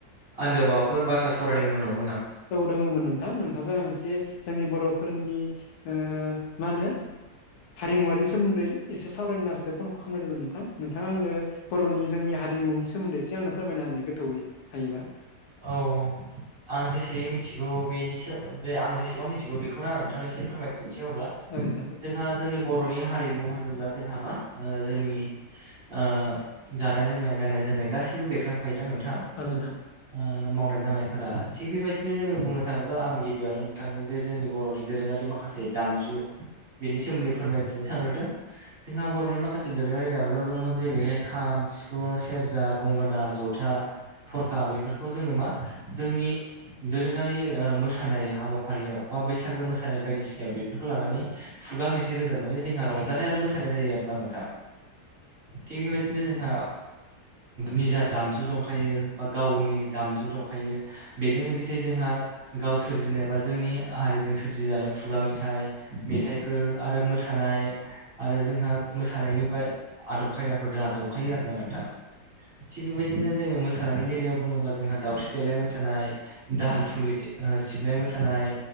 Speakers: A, on the right (about 40°); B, on the left (about 75°).
A: आन्दोआव माबाफोर बाथ्रा सावरायनायनि गोनां दं
B: औ दङमोन नोंथां नोंथांजों आं मोनसे जोंनि बर'फोरनि ओ मा होनो हारिमुवारि सोमोन्दै एसे सावरायनो होननासो फन खालामनाय जादों नोंथां नोंथाङा आंनो बर'नि जोंनि हारिमुनि सोमोन्दै एसे आंनो फोरमायना होनाय गोथौयै हायोबा
A: औ आं जेसे मिनथिगौ बेनि सायाव बे आं जेसेबां मिथिगौ बेखौनो आं नोंथांनिसिम फोरमायथिनिसै अब्ला
B: औ नोंथां
A: जोंहा जोंनि बर'नि हारिमु होनोब्ला जोंहा मा ओ जोंनि ओ जानाय लोंनाय गाननाय जोमनाय गासैबो बेरखांफायोना नोंथां
B: औ नोंथां
A: ओ मावनाय दांनायफोरा थिग बेबायदिनो जोङो बुंनो थाङोब्ला आं गिबियावनो नोंथांनो जे जोंनि बर'नि दोरोङारि माखासे जे दामजु बेनि सोमोन्दै फोरमायथिनो सानग्रोदों जोंहा बर'नि माखासे दोरोङारि दामजु दङ जेरैहाय खाम सिफुं सेरजा गंगोना जथा थरखा बे फोरखौ जोङो मा जोंनि दोरोङारि ओ मोसानाय हाबा फारियाव बा बैसागो मोसानाय बायदिसिनायाव बेफोरखो लानानै खुगा मेथाइ रोजाबनानै जोंहा रंजानाय आरो मोसानाय जायो आरोना नोंथां थिग बेबायदिनो जोंहा निजा दामजु दंखायो बा गावनि दामजु दंखायो बेजों लोगोसे जोंहा गाव सोरजिनाय बा जोंनि हारिजों सोरजिजानाय खुगा मेथाइ मेथाइफोर आरो मोसानाय आरो जोंहा मोसानायनि बा आदब खायदाफोर दोहा दंखायो आरोना नोंथां थिग बेबायदिनो जोङो मोसानायनि बेलायाव बुङोबा जोंहा दावस्रि देलाय मोसानाय दाहाल थुंग्रि सिबनाय मोसानाय